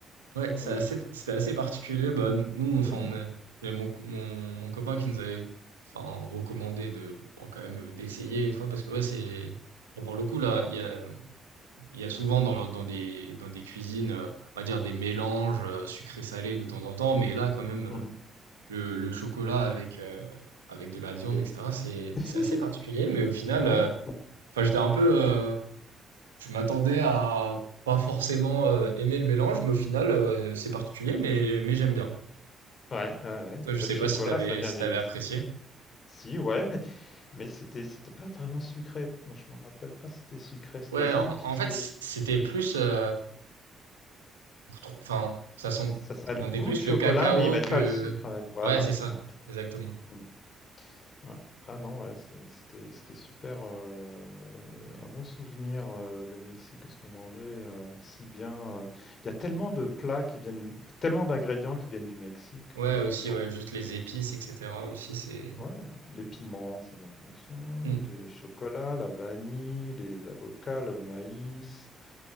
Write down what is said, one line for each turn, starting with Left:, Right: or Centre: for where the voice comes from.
Right: Ouais, c'est
Left: Ouais.
Right: assez, c'était assez particulier. Bah, nous,
Left: Ouais.
Right: enfin, on a- j'avais mon, mon, mon copain qui nous avait, enfin, recommandé de, bon, quand même, d'essayer une fois parce que ouais, c'est, bon, pour le coup, là, il y a, il y a souvent dans, le- dans des, dans des cuisines, euh, on va dire des mélanges euh, sucré-salé de temps en temps, mais là, quand même, euh,
Left: Mhm.
Right: le, le chocolat avec, euh, avec de
Left: Du
Right: la viande,
Left: poulet.
Right: etc., c'est,
Left: <laughs>
Right: c'est assez particulier, mais au final,
Left: Ouais,
Right: euh,
Left: c'est-
Right: enfin, j'étais un peu, euh, je m'attendais à, pas forcément euh, aimer le mélange, mais au final, euh, c'est particulier, mais, mais j'aime bien.
Left: ouais, ouais, ouais.
Right: Toi, je
Left: Mais
Right: sais
Left: le chocolat,
Right: pas si t'avais
Left: ça vient
Right: si
Left: du.
Right: t'avais apprécié.
Left: Si, ouais, mais, mais c'était c'était pas vraiment sucré. Moi, je me rappelle pas si c'était sucré. C'était
Right: Ouais,
Left: assez
Right: en,
Left: épicé.
Right: en fait, c'était
Left: Ouais.
Right: plus, euh, trop- enfin, ça sent,
Left: Ça, ça a
Right: ça
Left: le
Right: sentait
Left: goût
Right: plus
Left: de chocolat,
Right: le cacao
Left: mais ils mettent
Right: que,
Left: pas le sucre avec. Voilà.
Right: ouais, c'est ça,
Left: Ouais.
Right: exactement.
Left: Mm. Ouais. Ah non, ouais, c'est- c'était c'était super, euh, un bon souvenir, euh, le Mexique, ce qu'on mangeait euh, si bien. euh. Il y a tellement de plats qui viennent du, Me- tellement d'ingrédients qui viennent du Mexique
Right: Ouais,
Left: quand tu
Right: aussi,
Left: y penses.
Right: ouais, juste les épices, etc. Aussi, c'est.
Left: Ouais, les piments, ça vient du machin,
Right: Hmm.
Left: du chocolat, la vanille, les avocats, le maïs,